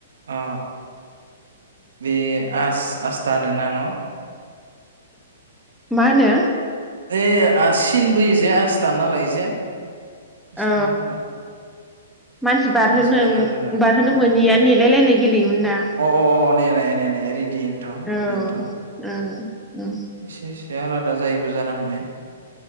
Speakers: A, on the right; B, in the centre.
A: अ बे आस आस्था होनो ना न
B: मा होनो
A: दे आसिन बोयो जे आस दानना लायो जे बिसोना
B: औ
A: मा होनोबा
B: मानसि बारहोनो
A: आसबो होननानै लानो
B: बारहोनो मोनोैया नेलायलायनाय गेलेयोमोन ना
A: अ अ ने ने ने ने रेडियनोथ'
B: औ
A: बेनोथ'
B: औ औ
A: एसे एसे बे आलादा जायोबो जानो हानाय